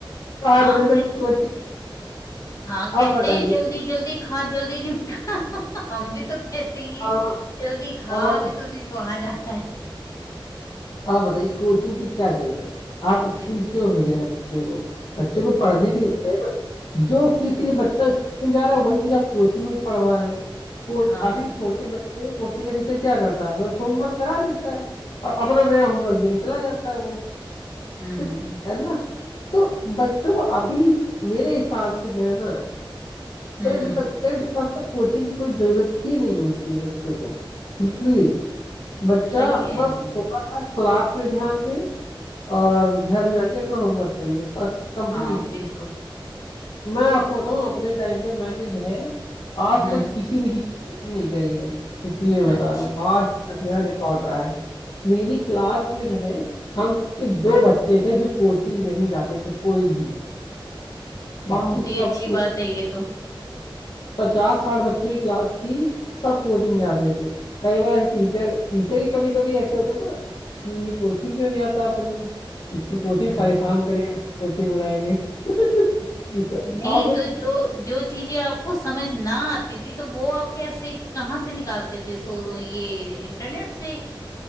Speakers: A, on the left; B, on the left.
A: सात
B: हाँ
A: बजे
B: कह,
A: तक वो कोचिंग
B: हाँ
A: अब
B: कहते
A: बताइए
B: हैं जल्दी जल्दी खा जल्दी निपटा <laughs> हम भी तो कहते ही हैं
A: अब
B: कि जल्दी खा
A: अब आप
B: अभी तूने कहाँ जाना है
A: अब आप बताइए कोचिंग की क्या जरूरत है आप स्कूल
B: बिल्कुल
A: क्यों भेज रहे हैं बच्चे को बच्चे
B: हम्म
A: को पढ़ने के लिए भेज रहे हैं ना जो चीज
B: हम्म
A: के लिए बच्चा स्कूल जा रहा है वही चीज आप कोचिंग में पढ़वा रहे हैं को
B: हाँ
A: अभी छोटे बच्चों को कोचिंग का टीचर क्या करता है कि बस होमवर्क करा देता है और अपना नया होमवर्क देके चला जाता है वो <laughs>
B: हम्म
A: है ना तो बच्चों को अभी मेरे हिसाब से जो है ना
B: हम्म
A: टेंथ तक टेंथ क्लास तक कोचिंग की कोई जरूरत ही नहीं होती है बच्चों को लिटरली बच्चा
B: सही है
A: बस
B: हम्म,
A: थोड़ा सा क्लास में ध्यान दे और घर में आके अपना होमवर्क कर ले बस कंप्लीट
B: हाँ बिल्कुल
A: मैं आपको बताऊं अपने टाइम पे मैंने जो है आज
B: हम्म
A: तक किसी भी चीज की कोचिंग नहीं करी है लिटरली मैं बता
B: अच्छा
A: रहा हूँ आज तक मेरा रिकॉर्ड रहा है मेरी क्लास में जो है हम सिर्फ दो बच्चे थे जो कोचिंग नहीं जाते थे कोई भी बाकी
B: बहुत ही
A: सब
B: अच्छी
A: मतलब
B: बात है ये तो
A: पचास साठ बच्चों की क्लास थी सब कोचिंग जाते थे कई बार टीचर टीचर ही कभी कभी ऐसे होते ना कि ये कोचिंग क्यों नहीं आता अपनी इसको कोचिंग
B: हम्म
A: परेशान करेगा कोचिंग बुलाएंगे <laughs> तो
B: नहीं
A: अब
B: तो जो जो चीजें आपको समझ ना आती थी तो वो आप कैसे कहाँ से निकालते थे सो ये इंटरनेट से